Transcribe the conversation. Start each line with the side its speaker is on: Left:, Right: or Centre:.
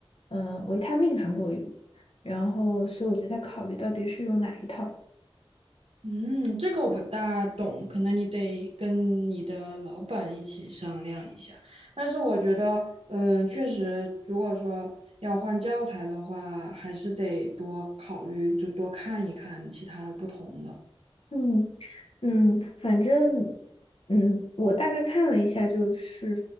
Left: 嗯、维他命韩国语。然后，所以我就在考虑到底是用哪一套。
Right: 嗯，这个我不大懂，可能你得跟你的老板一起商量一下。但是我觉得，嗯，确实，如果说要换教材的话，还是得多考虑，就多看一看其他不同的。
Left: 嗯嗯，反正嗯，我大概看了一下，就是